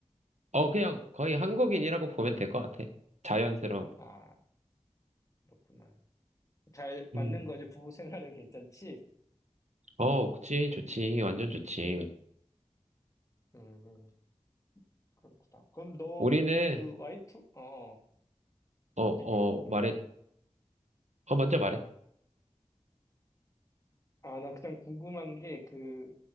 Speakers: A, on the right; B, on the left.
A: 어, 그냥 거의 한국인이라고 보면 될 것 같아. 자연스러운.
B: 아, 그렇구나. 잘 맞는
A: 음.
B: 거지. 부부 생활은 괜찮지?
A: 어, 그치, 좋지, 완전 좋지.
B: 음, 그렇구나. 그럼 너
A: 우리는,
B: 그 와이프, 어, 어,
A: 어, 어,
B: 얘기해. 어.
A: 말해, 어, 먼저 말해.
B: 아, 난 그냥 궁금한 게그